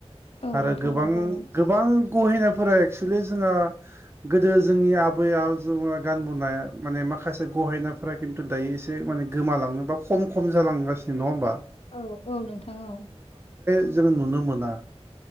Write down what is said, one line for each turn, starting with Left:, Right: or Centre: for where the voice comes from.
Left: औ
Right: आरो
Left: नोंथां
Right: गोबां
Left: औ गानो
Right: गोबां गहिनायफोरा एक्सुेलि जोंङो गोदो जोंनि आबै आब ज गानबनाय माने माखासे माखासे गहेनाफोरा खिन्थु दायो एसे माने गोमालांनो बा खम खम जालांगासिनो नङा होमबा
Left: औ औ नोंथां औ
Right: जों नुनो मोना